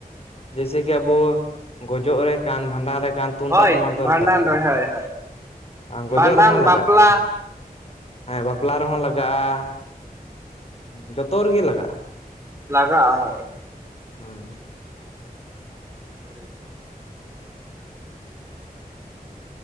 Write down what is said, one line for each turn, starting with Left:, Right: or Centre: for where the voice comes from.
Left: ᱡᱮᱭᱥᱮᱠᱤ ᱟᱵᱚ ᱜᱚᱡᱚᱜ ᱨᱮ ᱠᱟᱱ ᱵᱷᱟᱰᱟᱱ ᱨᱮ ᱠᱟᱱ ᱛᱩᱢᱫᱟᱹᱜ
Right: ᱦᱳᱭ
Left: ᱴᱟᱢᱟᱠ ᱫᱚ
Right: ᱵᱷᱟᱸᱰᱟᱱ
Left: ᱞᱟᱜᱟᱜ ᱜᱮᱭᱟ,
Right: ᱨᱮ ᱦᱳᱭ ᱦᱳᱭ
Left: ᱟᱢ ᱜᱚᱡᱩᱜ
Right: ᱵᱷᱟᱸᱰᱟᱱ
Left: ᱨᱮᱦᱚ
Right: ᱵᱟᱯᱞᱟ
Left: ᱞᱟᱜᱟᱜ ᱜᱮᱭᱟ᱾ ᱦᱮ ᱵᱟᱯᱞᱟ ᱨᱮᱦᱚ ᱞᱟᱜᱟᱜᱼᱟ, ᱡᱷᱚᱛᱚ ᱨᱮᱜᱮ ᱞᱟᱜᱟᱜᱼᱟ᱾
Right: ᱞᱟᱜᱟᱜ-ᱟ ᱦᱳᱭ᱾
Left: ᱦᱩᱸ᱾
Right: <inaudible>